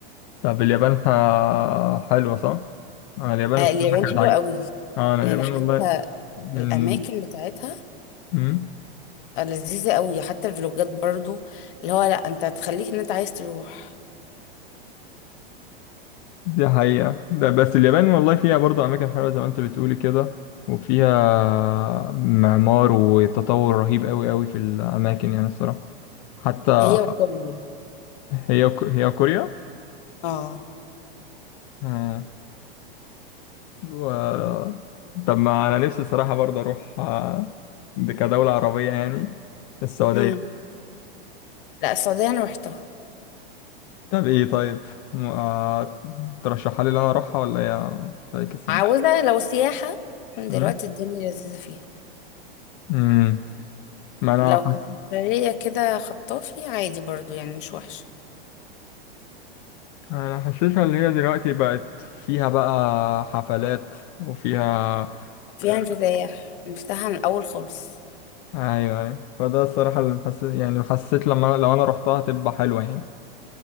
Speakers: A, on the left; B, on the left.
A: طب اليابان ح... حلوة صح؟ أنا اليابان
B: آه،
A: الصراحة
B: اليابان
A: كانت
B: حلوة
A: عاجبة
B: قوي
A: آه، أنا
B: يعني
A: اليابان
B: حتى
A: والله من
B: الاماكن بتاعتها
A: مم؟
B: لذيذة قوي حتى الفلوجات برضو اللي هو لا انت هتخليك ان انت عايز تروح
A: دي حقيقة ده بس اليابان والله فيها برضه أماكن حلوة زي ما أنت بتقولي كده وفيها معمار وتطور رهيب أوي أوي في الأماكن يعني الصراحة حتى
B: هي وكوريا
A: هي وك- هي كوريا
B: اه
A: آه. و... طب ما انا نفسي صراحة برضه اروح آه، دي كدولة عربية يعني السعودية
B: مم. لا السعودية انا روحتها
A: طب ايه طيب م- آه، ترشحها لي ان انا اروحها ولا هي فاكس يعني
B: عاوزة لو سياحة دلوقتي
A: مم؟
B: الدنيا لذيذة فيها
A: مم. ما انا
B: لو كانت
A: حس...
B: برية كده خطافي عادي برضو يعني مش وحشة
A: انا حاسسها ان هي دلوقتي بقت فيها بقى حفلات وفيها
B: فيها
A: ك-
B: انفتاح انفتاح عن الأول خالص
A: ايوه ايوه فده الصراحة اللي محسس يعني حسيت لما لو انا رحتها هتبقى حلوة يعني